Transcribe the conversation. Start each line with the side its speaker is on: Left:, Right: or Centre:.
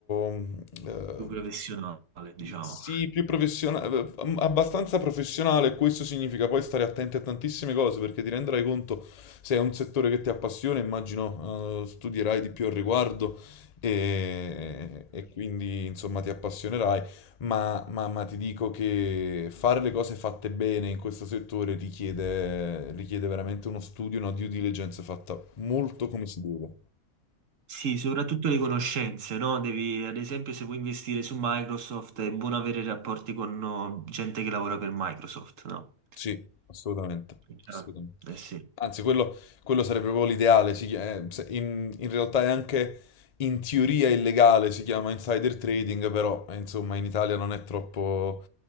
Left: mm, eh,
Right: più professionale, diciamo.
Left: sì, più professionale, abbastanza professionale. Questo significa poi stare attenti a tantissime cose perché ti renderai conto se è un settore che ti appassiona, immagino, eh, studierai di più al riguardo e, e quindi, insomma, ti appassionerai ma, ma- ma ti dico che fare le cose fatte bene in questo settore richiede, richiede veramente uno studio, una due diligence fatta molto come si deve.
Right: Sì, soprattutto le conoscenze, no? Devi, ad esempio, se vuoi investire su Microsoft, è buono avere rapporti con no, gente che lavora per Microsoft, no?
Left: Sì, assolutamente,
Right: Chiaro.
Left: assolutamente.
Right: Eh sì.
Left: Anzi, quello, quello sarebbe proprio l'ideale. si chi- eh, se- in, in realtà è anche in teoria illegale, si chiama insider trading, però eh, insomma in Italia non è troppo,